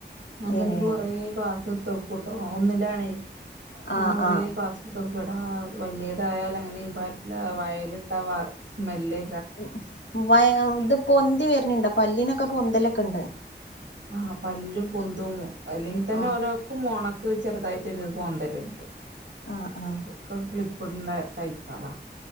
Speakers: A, on the right; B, on the left.
A: ഞാൻ
B: ഏഹ്
A: പിന്നെ എനിക്ക് കൊറേ ക്ലാസ് തൊ ട്ട് ഒന്നിലാണേ ഞാൻ
B: ആഹ്
A: കുറെ
B: ആഹ്
A: ക്ലാസ് എടുത്തു കൊടു ഇവിട വലിയതായ അങ്ങനെ ഈ ബാറ്റില വായേൽ ഇട്ട സ്മെല്ല്
B: മം വയ ഇത് പൊന്തി വരണണ്ടോ പല്ലീനൊക്കെ പൊന്തലൊക്കെ ഉണ്ട്
A: ആ പല്ലും പൊന്തും അല്ലെങ്കി തന്നെ
B: ആഹ്
A: ഓരാക്കും മോണക്ക് ചെറുതായിട്ടു ഒരിത് പൊന്തലുണ്ട്
B: ആഹ് ആഹ്
A: ക്കൊക്കെ ക്ലിപ്പ് ഇടണ്ട ടൈപ്പുകള